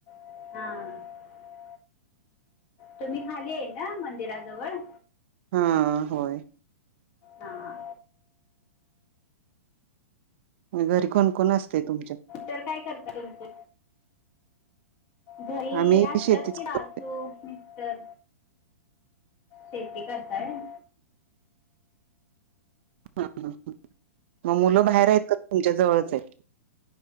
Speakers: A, on the left; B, on the right.
A: हम. तुम्ही खाली आहे ना मंदिराजवळ.
B: हा होय.
A: हां
B: घरी कोण कोण असते तुमच्या.
A: तर काय करत तुमचं घरी
B: आम्ही
A: असतात
B: शेतीच
A: कि
B: करतोय.
A: सासू मिस्टर, शेती करत. काय?
B: ह ह ह मग मुलं बाहेर आहेत का तुमच्या जवळच आहे.